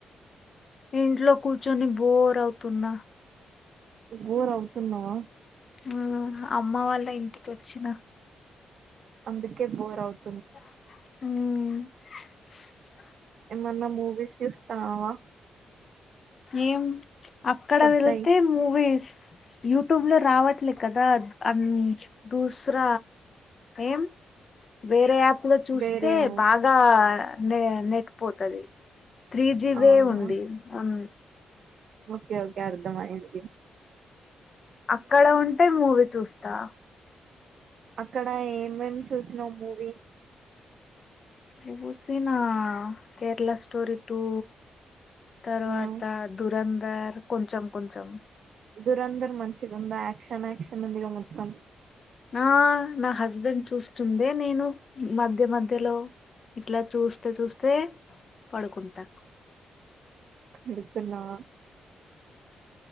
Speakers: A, on the left; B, on the right.
A: ఇంట్లో కూర్చొని బోర్ అవుతున్న.
B: బోర్ అవుతున్నవ.
A: ఆ అమ్మ వాళ్ళ ఇంటికొచ్చిన.
B: అందుకే బోర్ అవుత్
A: మ్
B: ఏమన్నా మూవీస్ చూస్తన్నవా?
A: ఏం అక్కడ
B: కొత్తయి
A: వెల్తే మూవీస్ యూట్యూబ్లో రావట్లే కదా అం దుస్ర ఏం వేరే యాప్ లో చూస్తే
B: వేరేవి
A: బాగా నే నెట్ పోతది. త్రీ జిబే
B: అవునా
A: ఉంది. అం
B: ఓకే ఓకే అర్థమయ్యింది.
A: అక్కడ ఉంటే మూవీ చూస్తా.
B: అక్కడ ఏమేమ్ చూసినవ్ మూవీ
A: చూసినా కేరళ స్టోరి టూ తర్వాత
B: ఆ
A: దురందర్ కొంచం కొంచం
B: దురందర్ మంచిగా ఉందా యాక్షన్ యాక్షన్ ఉందిగా మొత్తం
A: ఆ నా హస్బెండ్ చూస్తుందే నేను మధ్య మధ్యలో ఇట్లా చూస్తే చూస్తే పడుకుంటా
B: ఇరుక్కున్నావా?